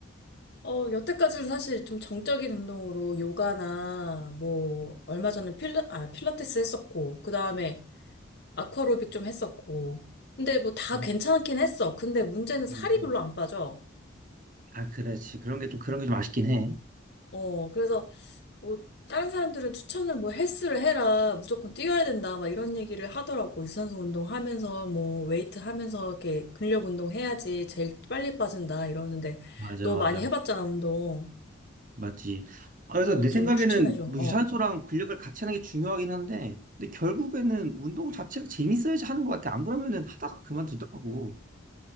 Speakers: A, on the left; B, on the right.
A: 어, 여태까지는 사실 좀 정적인 운동으로 요가나 뭐, 얼마 전에 필라, 아, 필라테스 했었고, 그 다음에 아쿠아로빅 좀 했었고. 근데 뭐 다
B: 음,
A: 괜찮긴 했어. 근데 문제는 살이
B: 음, 음.
A: 별로 안 빠져.
B: 아, 그렇지. 그런 게 좀, 그런 게 좀 아쉽긴 해.
A: 어, 그래서 뭐 다른 사람들은 추천을 뭐 헬스를 해라 무조건 뛰어야 된다 막 이런 얘기를 하더라고 유산소 운동하면서 뭐 웨이트 하면서 이렇게 근력 운동 해야지 제일 빨리 빠진다 이러는데
B: 맞아,
A: 너
B: 맞아.
A: 많이 해봤잖아 운동
B: 맞지. 아, 그래서
A: 어
B: 내
A: 좀
B: 생각에는
A: 추천해줘
B: 뭐 유산소랑 근력을 같이 하는 게 중요하긴 한데, 근데 결국에는 운동 자체가 재밌어야지 하는 것 같아. 안 그러면은 하다가 그만두더라고.